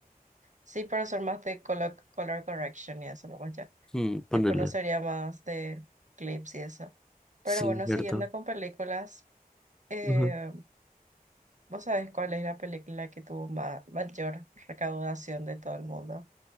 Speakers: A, on the right; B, in the centre.
A: Sí, pero son más de color, color correction y eso, no más ya.
B: Hmm, ponerle.
A: Tipo, no sería más de clips y eso. Pero
B: Sí,
A: bueno,
B: cierto.
A: siguiendo con películas, eh,
B: Ujú.
A: ¿vos sabés cuál es la película que tuvo ma- mayor recaudación de todo el mundo?